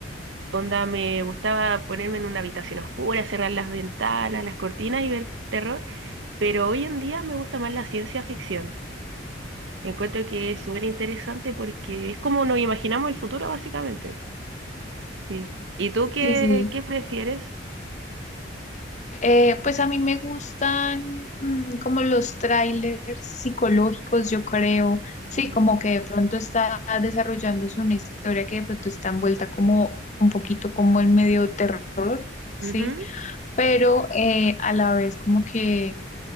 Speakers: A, on the right; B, on the left.
A: Onda, me gustaba ponerme en una habitación oscura, cerrar las ventanas, las cortinas y ver terror, pero hoy en día me gusta más la ciencia ficción. Encuentro que es súper interesante porque es como nos imaginamos el futuro, básicamente. Sí. ¿Y tú qué,
B: Sí, sí.
A: qué prefieres?
B: Eh, pues a mí me gustan mm, como los trailers psicológicos, yo creo. Sí,
A: Mm.
B: como que de pronto está desarrollándose una historia que de pronto está envuelta como un poquito como en medio terror, sí,
A: Ujú.
B: pero eh, a la vez como que